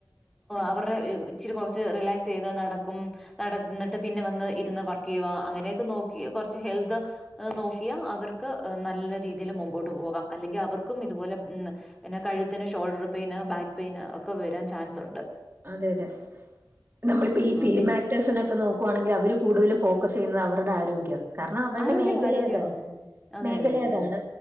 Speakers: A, in the centre; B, on the right (about 30°).
A: അവറെ ഇച്ചിരി കുറച്ച് റിലാക്സ് ചെയ്ത് നടക്കും. നടന്നിട്ട് പിന്നെ വന്ന് ഇരുന്ന് വർക്ക് ചെയ്യവാ അങ്ങനെയൊക്കെ നോക്കി കുറച്ച് ഹെൽത്ത്. നോക്കിയാ അവർക്ക് നല്ല രീതിയിൽ മുമ്പോട്ട് പോകാം അല്ലെങ്കിൽ അവർക്കും ഇതുപോലെ മ് പിന്നെ കഴുത്തിന് ഷോൾഡർ പെയിന് ബാക്ക് പെയിന് ഒക്കെ വെരാൻ ചാൻസൊണ്ട്
B: അതെ അതെ നമ്മളിപ്പ ഈ ഫിലിം
A: പി-
B: ആക്ടേഴ്സിനൊ നോക്കുവാണെങ്കിൽ അവര് കൂടുതലും ഫോക്കസ് ചെയ്യുന്നത് അവടെ ആരോഗ്യവാ. കാര്ണം അവരുടെ
A: ആരോഗ്യം
B: മേഖെലെ
A: ആരോഗ്യമാ
B: അതാണ്
A: ഉം അതെ
B: മേഖലെ
A: അതെ അതെ
B: അതാണ്
A: അതെ